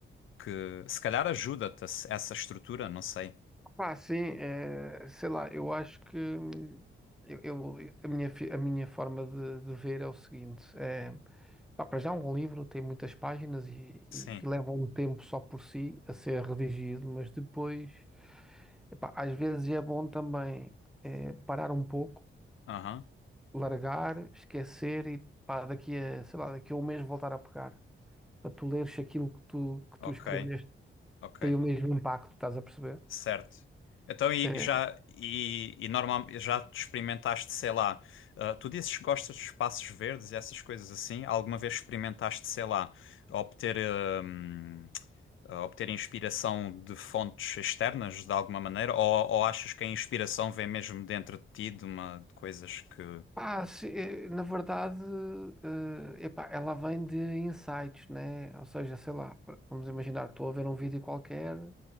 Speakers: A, on the left (about 75°); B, in the centre.
A: que se calhar ajuda-te essa estrutura, não sei.
B: Pá, sim, eh, sei lá, eu acho que hum, eu, eu- a minha, fi- a minha forma de, de ver é o seguinte: é, pá, para já, um livro tem muitas páginas e,
A: Sim.
B: e, e leva um tempo só por si a ser redigido, mas depois. Epá, às vezes é bom também eh, parar um pouco,
A: Aham.
B: largar, esquecer e pá, daqui a, sei lá, daqui a um mês voltar a pegar. Para tu leres se aquilo que tu, que
A: Ok.
B: tu escreveste
A: Ok,
B: tem o mesmo impacto, estás a perceber?
A: certo. Então, e
B: Eh,
A: e já, e, e normal, já te experimentaste, sei lá, ah, tu dizes que gostas de espaços verdes e essas coisas assim, alguma vez experimentaste, sei lá, obter, ah, hum, ah, obter inspiração de fontes externas de alguma maneira, ou, ou achas que a inspiração vem mesmo dentro de ti, de uma, de coisas que...
B: Pá, se- eh, na verdade, eh, epá, ela vem de insights, né? Ou seja, sei lá, pr- vamos imaginar, estou a ver um vídeo qualquer,